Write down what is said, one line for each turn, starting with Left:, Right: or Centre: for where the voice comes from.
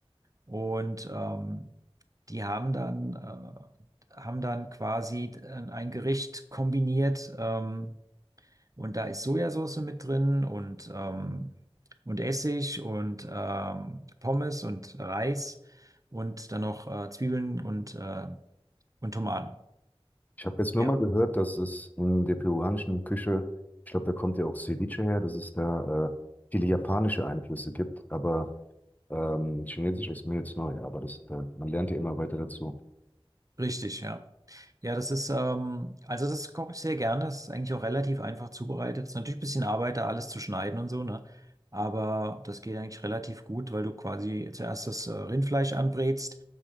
Right: Und ähm, die haben dann, äh, haben dann quasi äh, ein Gericht kombiniert ähm, und da ist Sojasauce mit drin und, ähm, und Essig und ähm, Pommes und Reis und dann noch äh, Zwiebeln und, äh, und Tomaten.
Left: Ich habe jetzt
Right: Ja,
Left: nur mal gehört, dass es in der peruanischen Küche, ich glaube, da kommt ja auch Ceviche her, dass es da äh, viele japanische Einflüsse gibt, aber ähm, Chinesisch ist mir jetzt neu, aber das, da, man lernt ja immer weiter dazu.
Right: richtig, ja. Ja, das ist, ähm, also das koche ich sehr gerne. Das ist eigentlich auch relativ einfach zubereitet. Ist natürlich ein bisschen Arbeit, da alles zu schneiden und so, ne? Aber das geht eigentlich relativ gut, weil du quasi zuerst das äh, Rindfleisch anbrätst,